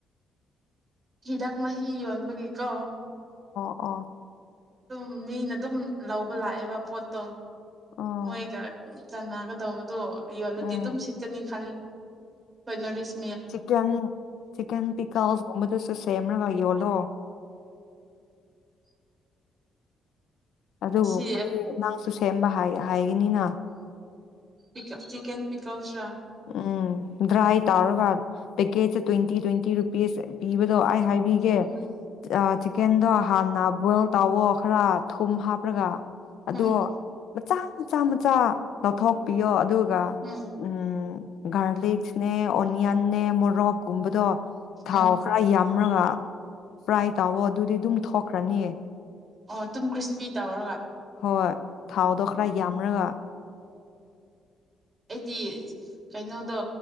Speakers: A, on the right; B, on the left.
A: ꯍꯤꯗꯥꯥꯛ ꯃꯥꯍꯤ ꯌꯧꯟꯕꯒ ꯀꯝ
B: ꯑ
A: ꯑꯗꯨꯝ ꯃꯤꯅ ꯑꯗꯨꯝ ꯂꯧꯕ ꯂꯥꯛꯑꯦꯕ ꯄꯣꯠꯇꯣ
B: ꯑꯣ
A: ꯃꯣꯏꯒꯥ ꯆꯟꯅꯒꯗꯧꯕꯗꯣ ꯌꯣꯜꯂꯗꯤ
B: ꯎꯝ
A: ꯑꯗꯨꯝ ꯁꯤꯠꯀꯅꯤ ꯈꯜꯂꯤ ꯄꯅꯣꯔꯤꯁ
B: ꯆꯤꯛꯀꯟ ꯆꯤꯛꯀꯟ ꯄꯤꯛꯀꯥꯜꯁꯒꯨꯝꯕꯗꯨꯁꯨ ꯁꯦꯃ꯭ꯔꯒ ꯌꯣꯜꯂꯣ ꯑꯗꯨꯕꯨ
A: ꯁꯤ
B: ꯃꯗꯨ ꯅꯪꯁꯨ ꯁꯦꯝꯕ ꯍꯥꯏ ꯍꯥꯏꯒꯅꯤꯅ
A: ꯄꯤ ꯀ ꯆꯤꯛꯀꯟ ꯄꯤꯀꯜꯁ꯭ꯔꯥ
B: ꯎꯝ ꯗ꯭ꯔꯥꯏ ꯇꯧꯔꯒ ꯄꯦꯀꯦꯖ ꯇ꯭ꯋꯦꯟꯇꯤ ꯇ꯭ꯋꯦꯟꯇꯤ ꯔꯨꯄꯤꯁ ꯄꯤꯕ ꯗꯣ ꯑꯩ ꯍꯥꯏꯕꯤꯒꯦ
A: ꯎꯝ
B: ꯆꯤꯀꯦꯟꯗꯣ ꯍꯥꯟꯅ ꯕꯣꯏꯜ ꯇꯧꯋꯣ ꯈꯔ ꯊꯨꯝ ꯍꯥꯞ ꯍꯥꯞꯄ꯭ꯔꯒ ꯑꯗꯣ
A: ꯎꯝ
B: ꯃꯆꯥ ꯃꯆꯥ ꯃꯆꯥ ꯂꯧꯊꯣꯛꯄꯤꯌꯣ ꯑꯗꯨ ꯕꯥ
A: ꯎꯝ
B: ꯎꯝ ꯎꯝ ꯒꯥꯔꯂꯤꯛ ꯅꯦ ꯑꯣꯅꯤꯌꯟꯅꯦ ꯃꯣꯔꯣꯛꯀꯨꯝꯕꯗꯣ ꯊꯥꯎ
A: ꯎꯝ
B: ꯈꯔ ꯌꯥꯝꯔꯒ ꯐ꯭ꯔꯥꯏ ꯇꯥꯎꯋꯣ ꯑꯗꯨꯗꯤ ꯑꯗꯨꯝ ꯊꯣꯛꯈ꯭ꯔꯅꯤꯌꯦ
A: ꯑꯣ ꯇꯨꯝ ꯀ꯭ꯔꯤꯁꯄꯤ ꯇꯧꯔꯒ
B: ꯍꯣꯏ ꯊꯥꯎꯗꯣ ꯈꯔ
A: ꯑꯣ
B: ꯌꯥꯝꯔꯒ
A: ꯑꯩꯗꯤ ꯀꯩꯅꯣꯗꯣ